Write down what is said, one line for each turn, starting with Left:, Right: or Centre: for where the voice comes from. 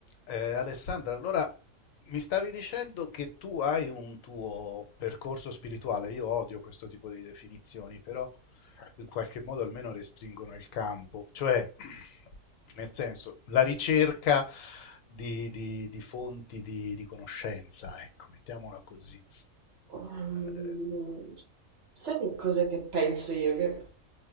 Left: Eh, Alessandra, allora mi stavi dicendo che tu hai un tuo percorso spirituale. Io odio questo tipo di definizioni, però in qualche modo almeno restringono il campo, cioè <clears throat> nel senso la ricerca di, di- di fonti di, di conoscenza, ecco, mettiamola così.
Right: Ehm,
Left: Eh,
Right: sai che cosa che penso io? Che,